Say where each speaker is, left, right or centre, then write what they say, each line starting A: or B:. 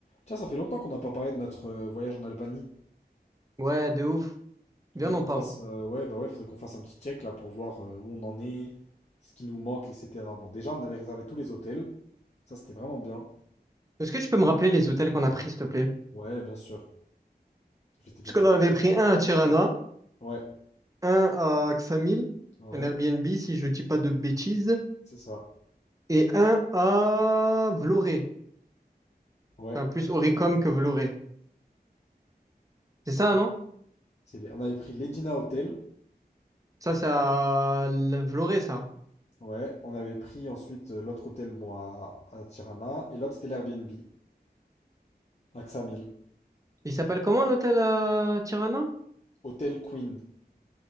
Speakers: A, on the left; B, on the right.
A: Tiens, ça fait longtemps qu'on n'a pas parlé de notre euh, voyage en Albanie.
B: Ouais, de ouf. Viens,
A: Faudrait
B: on
A: qu'on
B: en parle.
A: fasse, euh, ouais, bah ouais, faudrait qu'on fasse un petit check là pour voir euh, où on en est, ce qui nous manque, etc. Bon, déjà, on avait réservé tous les hôtels. Ça, c'était vraiment bien.
B: Est-ce que tu peux me rappeler les hôtels qu'on a pris, s'il te plaît?
A: Ouais, bien sûr. Je vais te dire
B: Parce qu'on
A: ça.
B: en avait pris un à Tirana,
A: Ouais,
B: un à Ksamil,
A: ouais,
B: un Airbnb, si je dis pas de bêtises,
A: c'est ça.
B: et un à Vloré.
A: Ouais.
B: Enfin, plus Oricom que Vloré. C'est ça, non?
A: C'est les- On avait pris l'Edina Hotel.
B: Ça, c'est à l- Vloré, ça.
A: Ouais. On avait pris ensuite euh, l'autre hôtel, bon, à, à Tirana. Et l'autre, c'était l'Airbnb, à Ksamil.
B: Il s'appelle comment l'hôtel à Tirana?
A: Hôtel Queen,